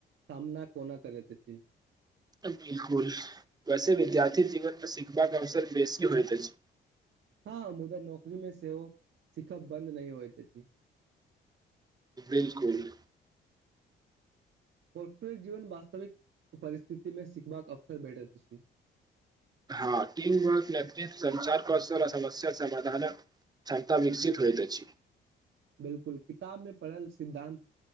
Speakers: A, on the right; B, on the right.
A: सामना कोना करैत अछि।
B: बिलकुल वैसे विद्यार्थी जीवन मे सिखबाकाे अवसर बेसी होइतते। <unintelligible>
A: हँ मुदा नौकरी मे सेहो सिखब बन्द नहि होइत छै। <unintelligible>
B: बिलकुल। <unintelligible>
A: कॉर्पोरेट जीवन वास्तविक परिस्थितिमे सिखबाक अवसर भेटैत छै।
B: हँ ीम वर्क नेतृ्व संचार कौशल आ समस्या समाधानक क्षमता वश्चित होइत अछि।
A: बिलकुल, किताबमे पढ़ल सिद्धान्त